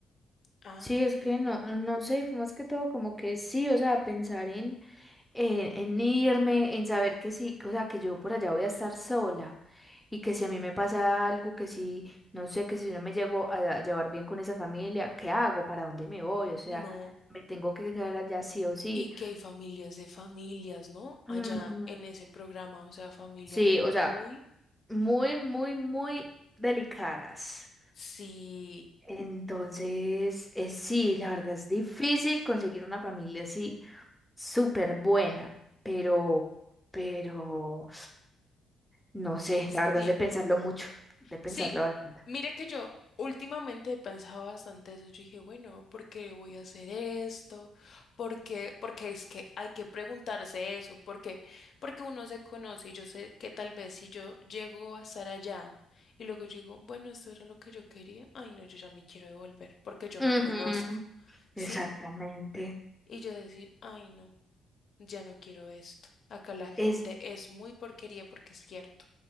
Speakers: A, on the left; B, in the centre.
A: Ah,
B: Sí, es que no, no sé, fue más que todo como que sí, o sea, pensar en en, en irme, en saber que sí, que, o sea, que yo por allá voy a estar sola y que si a mí me pasa algo, que si, no sé, que si yo no me llego a llevar bien con esa familia, ¿qué hago? ¿Para dónde me voy? O sea,
A: no.
B: me tengo que quedar allá sí o sí.
A: Y que hay familias de familias, ¿no? Allá
B: Ujú.
A: en ese programa, o sea, familias
B: Sí,
A: muy,
B: o sea, muy, muy, muy delicadas.
A: sí,
B: Entonces, eh, sí, la verdad es difícil conseguir una familia así súper buena, pero, pero, no sé,
A: sí.
B: la verdad es de pensarlo mucho, de pensarlo
A: Sí,
B: bastante.
A: mira que yo últimamente he pensado bastante eso. Yo dije, bueno, ¿por qué voy a hacer esto? ¿Por qué? Porque es que hay que preguntarse eso. ¿Por qué? Porque uno se conoce y yo sé que tal vez si yo llego a estar allá y luego yo digo, bueno, esto era lo que yo quería. Ay, no, yo ya me quiero devolver porque yo
B: Ujú,
A: me conozco, ¿sí?
B: Exactamente.
A: Y yo decir, ay, no, ya no quiero esto. Acá la gente
B: Es
A: es muy porquería porque es cierto.